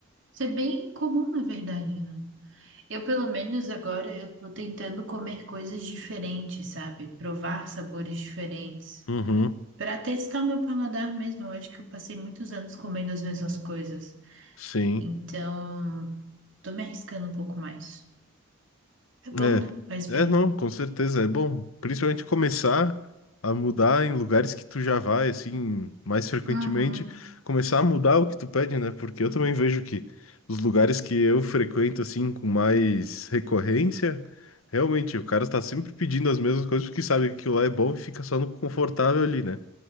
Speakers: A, on the right; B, on the left.
A: Isso é bem comum, na verdade, né? Eu, pelo menos agora, eu tô tentando comer coisas diferentes, sabe? Provar sabores diferentes.
B: Uhum,
A: Pra testar o meu paladar mesmo. Eu acho que eu passei muitos anos comendo as mesmas coisas.
B: sim.
A: Então, tô me arriscando um pouco mais. É bom,
B: É,
A: né? Faz bem.
B: é não, com certeza é bom, principalmente começar a mudar em lugares que tu já vai, assim, mais frequentemente,
A: Uhum,
B: começar a mudar o que tu pede, né? Porque eu também vejo que os lugares que eu frequento, assim, com mais recorrência, realmente o cara tá sempre pedindo as mesmas coisas porque sabe que aquilo lá é bom e fica só no confortável ali, né?